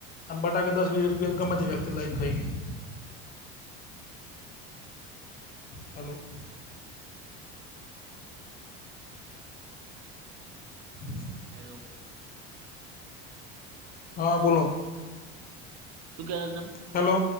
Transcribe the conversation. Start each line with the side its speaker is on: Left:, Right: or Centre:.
Left: અને બટાકા દસ વીસ રૂપિયા ગામ માંથી જાતે લાઈન ખાઈએ હલો સ...
Right: હેલો
Left: હા બોલો
Right: શું કેતા તમે
Left: હેલો